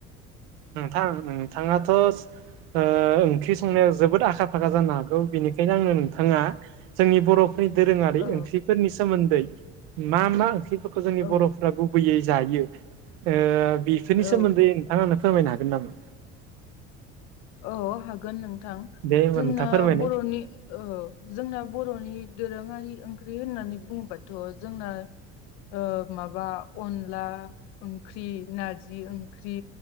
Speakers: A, on the right (about 90°); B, on the left (about 80°).
A: नोंथां नोंथाङाथ' ओंख्रि संनायाव जोबोद आखा <unintelligible> जानो हागौ बेनिखायनो आंनो नोंथाङा जोंनि बर' बै दोरोङारि
B: औ
A: ओंख्रिफोरनि सोमोन्दै मा मा ओंख्रिफोरखौ जोंनि
B: औ
A: बर'फोरा गुबैयै जायो ओ बेफोरनि
B: औ
A: सोमोन्दै नोंथाङा फोरमायनो हागोन नामा?
B: औ हागोन नोंथां
A: दे होमबा
B: जोंना
A: नोंथां फोरमायनाय
B: बर'नि ओ जोंना बर'नि दोरोङारि ओंख्रि होननानै बुङोबाथ' जोंना ओ माबा अनला ओंख्रि नारजि ओंख्रि।